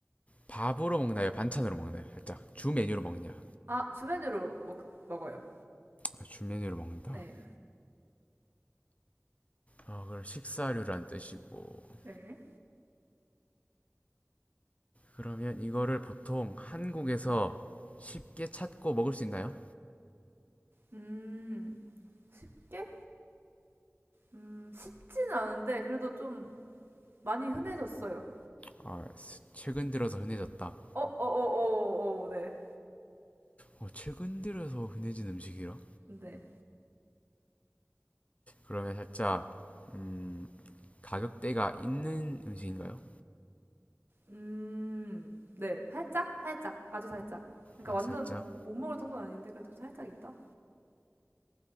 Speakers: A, on the left; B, on the right.
A: 밥으로 먹나요? 반찬으로 먹나요? 살짝 주 메뉴로 먹냐?
B: 아, 주면으로 먹, 먹어요.
A: 아, 주메뉴로 먹는다.
B: 네.
A: 어, 그럼 식사류란 뜻이고.
B: 네.
A: 그러면 이거를 보통 한국에서 쉽게 찾고 먹을 수 있나요?
B: 음, 쉽게? 음, 쉽진 않은데, 그래도 좀 많이 흔해졌어요.
A: 아, 스- 최근 들어서 흔해졌다.
B: 어, 어, 어, 어, 어, 네.
A: 어, 최근 들어서 흔해진 음식이라?
B: 네.
A: 그러면 살짝 음, 가격대가 있는 음식인가요?
B: 음, 네. 살짝? 살짝. 아주 살짝. 그러니까
A: 아,
B: 완전
A: 살짝.
B: 못 먹을 정도는 아닌데, 그래도 살짝 있다?